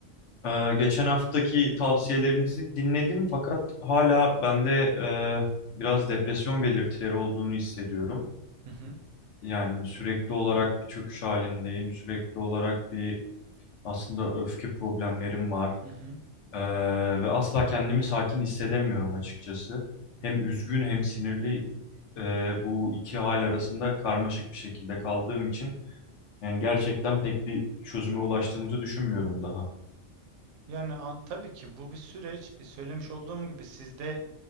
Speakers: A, on the left (about 75°); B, on the right (about 80°).
A: Ee, geçen haftaki tavsiyelerinizi dinledim fakat hala bende e, biraz depresyon belirtileri olduğunu hissediyorum.
B: Hı hı.
A: Yani sürekli olarak bir çöküş halindeyim. Sürekli olarak bir aslında öfke problemlerim var.
B: Hı hı.
A: Ee, ve asla kendimi sakin hissedemiyorum açıkçası. Hem üzgün hem sinirli e, bu iki hal arasında karmaşık bir şekilde kaldığım için Yani gerçekten pek bir çözüme ulaştığımızı düşünmüyorum daha.
B: Yani an, tabii ki bu bir süreç. E, Söylemiş olduğum gibi sizde